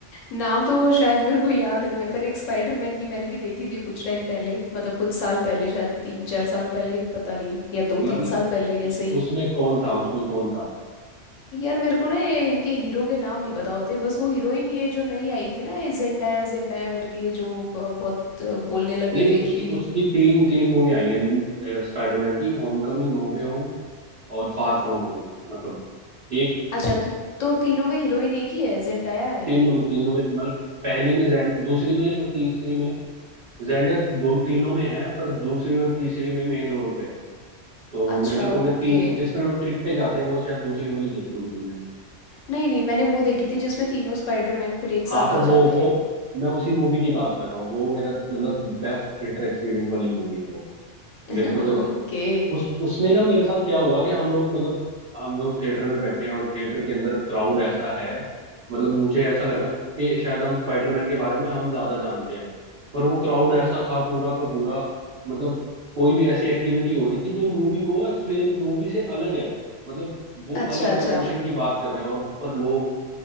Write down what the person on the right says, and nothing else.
मतलब
उस
उसमें कौन था उसमें कौन था
नहीं
उसकी उसकी तीन तीन मूवी आई है स्पाइडरमैन की Homecoming No Way Home और फार फ्रॉम होम मतलब एक
तीनों में तीनों में मतलब पहली में जैन दूसरी में और तीसरी में जेंडिया दो तीनों में है पर दूसरी और तीसरी में मेन रोल पे है तो
मेरे ख्याल तुमने
तीन जिसमें वो ट्रिप पे जाते हैं वो शायद दूसरी वाली देखी होगी तुमने
हाँ तो
वो
वो
मैं उसी मूवी की बात कर रहा हूँ वो मेरा मतलब बेस्ट थिएटर एक्सपीरियंस वाली मूवी है वो
मेरे को तो
उस उसमें ना मेरे साथ क्या हुआ कि हम लोग मतलब हम लोग थिएटर में बैठे हैं और थिएटर के अंदर क्राउड ऐसा है मतलब मुझे ऐसा लगा कि शायद हम स्पाइडरमैन के बारे में हम ज्यादा जानते हैं पर वो क्राउड ऐसा था पूरा का पूरा मतलब कोई भी ऐसी एक्टिविटी हो रही थी जो मूवी को एक्सप्लेन मूवी से अलग है मतलब वो
अलग
डायमेंशन की बात कर रहे हैं और पर लोग